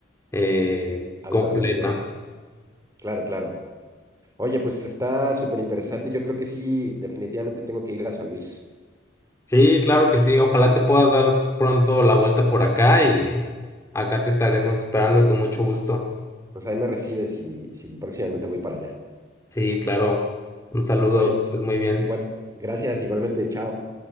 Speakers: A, on the left; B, on the right.
A: eh,
B: Alternativa.
A: completa.
B: Claro, claro. Oye, pues está súper interesante. Yo creo que sí, definitivamente tengo que ir a San Luis.
A: Sí, claro que sí. Ojalá te puedas dar pronto la vuelta por acá y acá te estaremos esperando con mucho gusto.
B: Pues ahí me recibes y, si próximamente voy para allá.
A: Sí, claro. Un saludo,
B: Oye,
A: es muy bien.
B: igual, gracias, igualmente, chao.